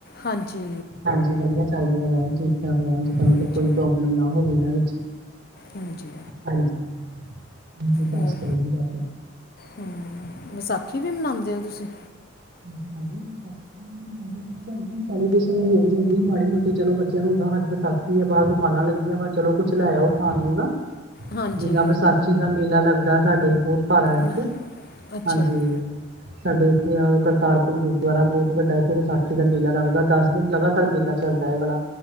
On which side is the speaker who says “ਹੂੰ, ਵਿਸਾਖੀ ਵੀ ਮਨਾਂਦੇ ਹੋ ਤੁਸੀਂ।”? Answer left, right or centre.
Left